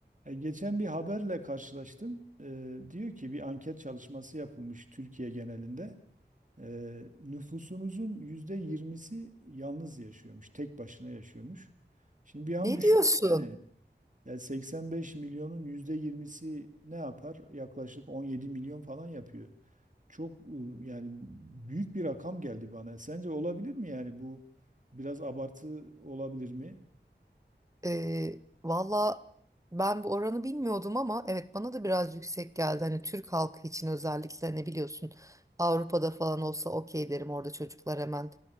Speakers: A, on the right (about 45°); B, on the right (about 15°).
A: E, Geçen bir haberle karşılaştım. E, diyor ki bir anket çalışması yapılmış Türkiye genelinde. E, nüfusumuzun yüzde yirmisi yalnız yaşıyormuş, tek başına yaşıyormuş. Şimdi bir an
B: Ne
A: düşündüm
B: diyorsun?
A: yani, yani 85 milyonun yüzde yirmisi ne yapar? Yaklaşık 17 milyon falan yapıyor. Çok e, yani büyük bir rakam geldi bana. Sence olabilir mi yani bu biraz abartı olabilir mi?
B: Ee, valla ben bu oranı bilmiyordum ama evet bana da biraz yüksek geldi. Hani Türk halkı için özellikle ne biliyorsun Avrupa'da falan olsa okey derim orada çocuklar hemen